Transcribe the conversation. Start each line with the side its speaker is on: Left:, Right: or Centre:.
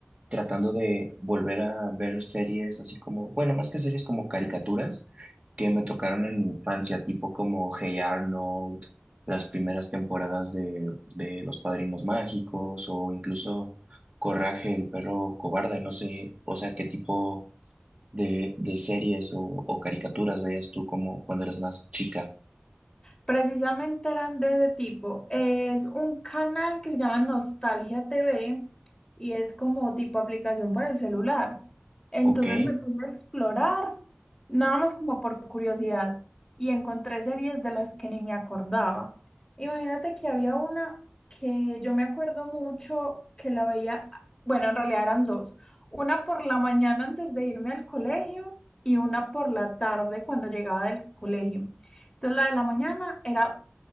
Right: tratando de volver a ver series así como, bueno, más que series como caricaturas que me tocaron en mi infancia, tipo como Hey Arnold, las primeras temporadas de, de Los Padrinos Mágicos o incluso Coraje, el perro cobarde, no sé, o sea, qué tipo de, de series o, o caricaturas veías tú como cuando eras más chica,
Left: Precisamente eran de ese tipo. Es un canal que se llama Nostalgia TV y es como tipo aplicación para el celular. Entonces
Right: ¿ok?
Left: me puse a explorar, nada más como por curiosidad, y encontré series de las que ni me acordaba. Imagínate que había una que yo me acuerdo mucho que la veía, bueno, en realidad eran dos. Una por la mañana antes de irme al colegio y una por la tarde cuando llegaba del colegio. Entonces la de la mañana era